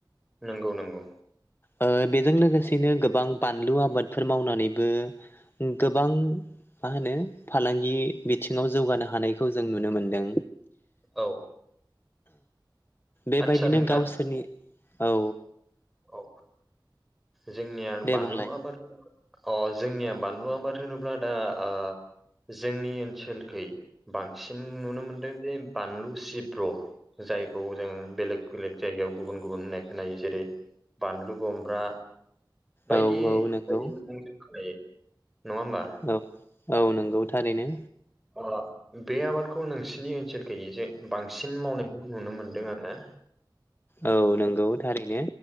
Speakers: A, in the centre; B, on the left.
A: नंगौ नंगौ
B: ओ बेजों लोगोसेनो गोबां बानलु आबादफोर मावनानैबो गोबां मा होनो फालांगि बिथिङाव जौगानो हानायखौ जों नुनो मोन्दों।
A: औ
B: बेबायदिनो
A: आदसा नोंथां
B: गावसोरनि औ।
A: औ। जोंनिया बानलु
B: दे बुंलाय
A: आबाद अ जोंनिया बानलु आबाद होनोब्ला दा ओ जोंनि ओनसोलखै बांसिन नुनो मोनदों जे बानलु सिब्र। जायखौ जों बेलेग - बेलेग जायगायाव गुबुन - गुबुन होननाय खोनायो जेरै बानलु बमब्रा बायदि
B: औ औ नंगौ
A: बायदिनि मुंजों खोनायो नङा होमबा।
B: औ - औ नंगौ थारैनो।
A: अ <inaudible> बे आबादखौ नोंसोरनि ओनसोलखै जे बांसिन मावनायखौ नुनो मोनदों आरो।
B: औ नंगौ थारैनो।